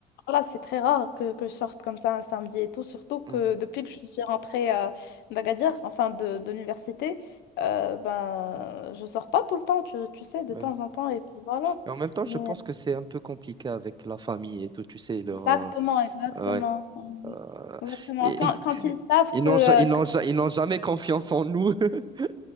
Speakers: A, on the left; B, on the right.
A: voilà, c'est très rare que, que je sorte comme ça un samedi et tout. Surtout que
B: mhm,
A: depuis que je suis rentrée euh, d'Agadir, enfin de, de l'université, euh, ben, je sors pas tout le temps, tu, tu sais, de
B: ouais.
A: temps en temps. Et puis voilà.
B: Et en même temps, je
A: Mais-
B: pense que c'est un peu compliqué avec la famille et tout, tu sais, leur,
A: exactement,
B: euh,
A: exactement.
B: ouais,
A: Ouais,
B: euh,
A: Exactement.
B: et-
A: Quand, quand ils savent
B: ils
A: que,
B: n'ont,
A: euh,
B: ja- ils
A: que
B: n'ont, ja- ils n'ont jamais confiance en nous. <laughs>